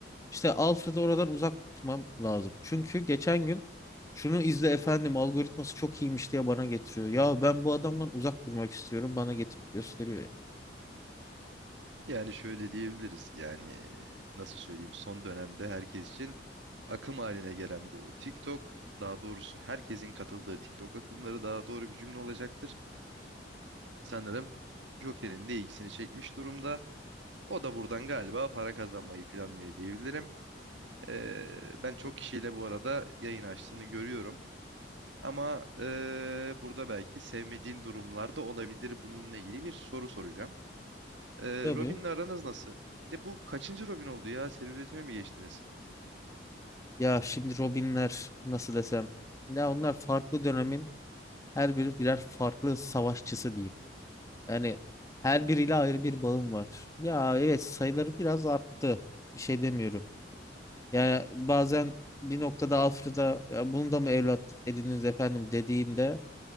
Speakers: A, on the left; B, on the right.
A: işte Alfred'i oradan uzak tutmam lazım. Çünkü geçen gün şunu izle efendim algoritması çok iyiymiş diye bana getiriyor. Ya ben bu adamdan uzak durmak istiyorum bana getirip gösteriyor ya.
B: Yani şöyle diyebiliriz yani e, nasıl söyleyeyim son dönemde herkes için akım haline gelen bu TikTok daha doğrusu herkesin katıldığı TikTok akımları daha doğru bir cümle olacaktır. Sanırım Joker'in de ilgisini çekmiş durumda. O da buradan galiba para kazanmayı planlıyor diyebilirim. Ee, ben çok kişiyle bu arada yayın açtığını görüyorum. Ama e, burada belki sevmediğin durumlar da olabilir. Bununla ilgili bir soru soracağım. Ee,
A: Tabii.
B: Robin'le aranız nasıl? Bir de bu kaçıncı Robin oldu ya? Seri üretime mi geçtiniz?
A: Ya şimdi Robinler nasıl desem. Ya onlar farklı dönemin Her biri birer farklı savaşçısı diyeyim. Yani her biriyle ayrı bir bağım var. Ya evet sayıları biraz arttı. Bir şey demiyorum. Yani bazen bir noktada Alfred'a "Ya bunu da mı evlat edindiniz efendim dediğinde